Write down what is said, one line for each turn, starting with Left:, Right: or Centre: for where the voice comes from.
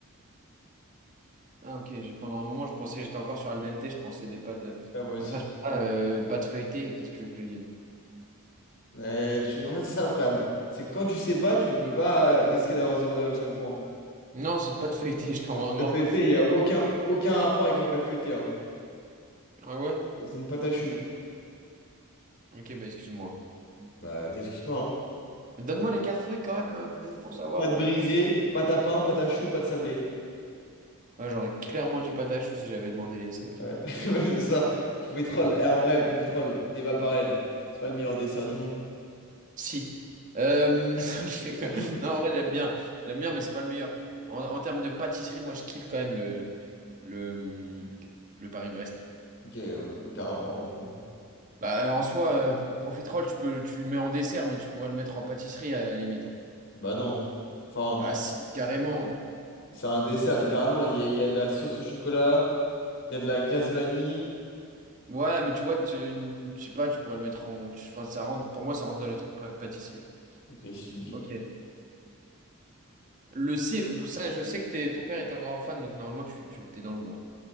Right: Ah, ok, j'ai- pendant un moment, je pensais, j'étais encore sur al dente, je pensais des pâtes. euh,
Left: Ouais, moi aussi.
Right: Enfin, je sais pas, euh, pâtes feuilletées, qu'est-ce que tu veux que je te dise?
Left: Euh, tu... En fait, c'est ça le problème. C'est que quand tu sais pas, tu veux pas euh, risquer d'avoir zéro virgule cinq points.
Right: Non, c'est pas de feuilleté, je t'envoie un grand
Left: La pâte feuilletée,
Right: pas.
Left: il n'y a aucun, aucun rapport avec la pâte feuilletée. hein.
Right: Ah ouais?
Left: C'est une pâte à choux.
Right: Ok, bah excuse-moi.
Left: Bah, t'excuses pas, hein.
Right: Mais Donne-moi les quatre trucs quand même, euh, juste pour savoir,
Left: Pâte
Right: j'aurais
Left: brisée,
Right: eu quoi?
Left: pâte à pain, pâte à choux, pâte sablée.
Right: Ah, j'aurais clairement dit patache ou si j'avais demandé les cinq.
Left: Ouais,
Right: euh,
Left: <laughs>
Right: les-
Left: c'est ça. Profiterole. Eh, en vrai, profiterole, débat parallèle. C'est pas le meilleur dessert du monde.
Right: Si. Euh, <laughs> je rigole.
Left: <laughs>
Right: Non, en vrai, j'aime bien. J'aime bien, mais c'est pas le meilleur. En, en termes de pâtisserie, moi, je kiffe quand même le, le, le Paris-Brest.
Left: Ok, au- aucun rapport, mais.
Right: Bah, en soi, euh, profiterole, tu peux, tu le mets en dessert, mais tu pourrais le mettre en pâtisserie à la limite. hein.
Left: Bah non. Enfin,
Right: Bah, si, carrément.
Left: c'est un dessert, littéralement. Il y a, il y a de la sauce au chocolat, il y a de la glace vanille.
Right: Ouais, mais tu vois, tu, une- je sais pas, tu pourrais le mettre en. tu- Enfin, ça rentre, pour moi, ça rentre dans les trucs pa- pâtisserie.
Left: Ok, si tu le dis.
Right: Ok. Le ce- ça, je sais que t'es- ton père est un grand fan, donc normalement, tu, tu t'es dans le bon.